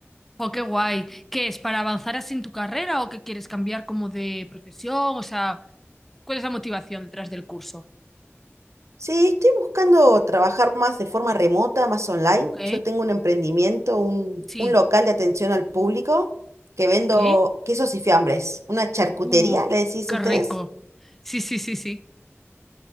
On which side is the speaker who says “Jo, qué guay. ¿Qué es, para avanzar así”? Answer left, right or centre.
Centre